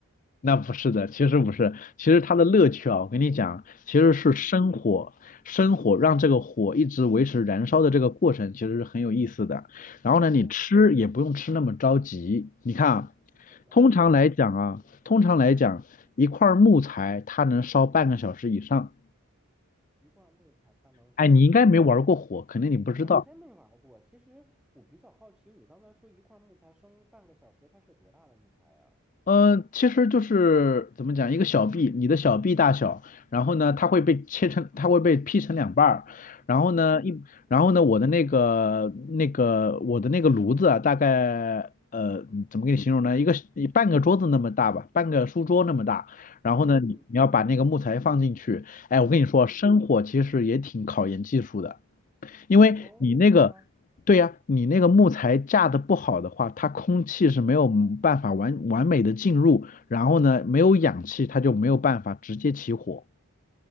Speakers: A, on the left (about 35°); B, in the centre.
A: 那不是的，其实不是，其实它的乐趣啊，我跟你讲，其实是生火，
B: 嗯嗯，
A: 生火让这个火一直维持燃烧的这个过程，其实是很有意思的。然后呢，
B: 哦
A: 你吃也不用吃那么着急。你看啊，
B: 哦原来是这样，
A: 通常来讲啊，通常来讲，一块儿木材它能烧半个小时以上。
B: 一块木材它能烧，
A: 哎，你应该没玩过火，
B: 我想想。
A: 肯定你不知道。
B: 我还真没玩过，其实我比较好奇，你刚才说一块木材生半个小时，它是多大的木材呀？
A: 嗯，呃其实就是怎么讲，一个小臂，你的小臂大小，然后呢，它会被切成，它会被劈成两半儿，然后呢，一，然后呢，我的那个那个我的那个炉子啊，大概呃，怎么给你形容呢？一个一半个桌子那么大吧，半个书桌那么大，然后呢，
B: 嗯嗯
A: 你你要把那个木材放进去，哎，我跟你说，
B: 嗯，
A: 生火其实也挺考验技术的。因为你那个，
B: 哦，是吗？
A: 对呀、你那个木材架的不好的话，它空气是没有办法完完美的进入，然后呢，没有氧气，它就没有办法直接起火。